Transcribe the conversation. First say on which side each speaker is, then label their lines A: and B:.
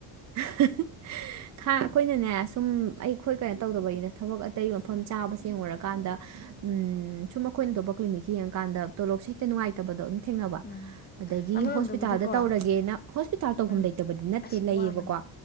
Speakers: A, on the right; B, on the left.
A: <unintelligible> ꯈꯥ ꯑꯩꯈꯣꯏꯅꯅꯦ ꯁꯨꯝ ꯑꯩꯈꯣꯏ ꯀꯩꯅꯣ ꯇꯧꯗꯕꯩꯅ ꯊꯕꯛ ꯑꯇꯩ ꯃꯐꯝ ꯆꯥꯕꯁ‌ꯦ ꯌꯦꯡꯉꯨꯔꯀꯥꯟꯗ ꯎꯝ ꯁꯨꯝ ꯑꯩꯈꯣꯏꯅ ꯇꯣꯧꯕꯄ ꯀ꯭ꯅꯤꯛꯀꯤ ꯌꯦꯡꯉꯀꯥꯟꯗ ꯇꯣꯂꯣꯞꯁꯦ ꯍꯦꯛꯇ ꯅꯨꯡꯉꯥꯏ ꯇꯕꯗꯣ ꯑꯗꯨꯝ ꯊꯦꯡꯅꯕ
B: ꯎꯝ
A: ꯑꯗꯒꯤ
B: ꯑꯃꯔꯣꯝꯗꯕꯨꯗꯤꯀꯣ
A: ꯍꯣꯁꯄꯤꯇꯥꯜꯗ ꯇꯧꯔꯒꯦꯅ ꯍꯣꯁꯄꯤꯇꯥꯜ ꯇꯧꯐꯝ
B: ꯎꯝ
A: ꯂꯩꯇꯕꯗꯤ ꯅꯠꯇꯦ
B: ꯑꯁ
A: ꯂꯩꯌꯦꯕꯀꯣ
B: ꯋꯥꯕꯅꯦ